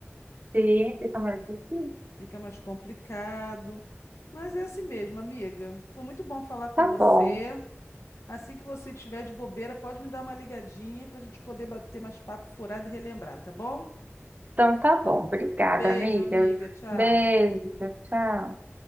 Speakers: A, on the right; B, on the left.
A: Sim, fica mais difícil.
B: Fica mais complicado. Mas é assim mesmo, amiga. Foi muito bom falar com
A: Tá
B: você.
A: bom.
B: Assim que você estiver de bobeira, pode me dar uma ligadinha para a gente poder bater mais papo furado e relembrar, tá bom?
A: Então tá bom. Obrigada,
B: Beijo,
A: amiga.
B: amiga. Tchau.
A: Beijo. Tchau.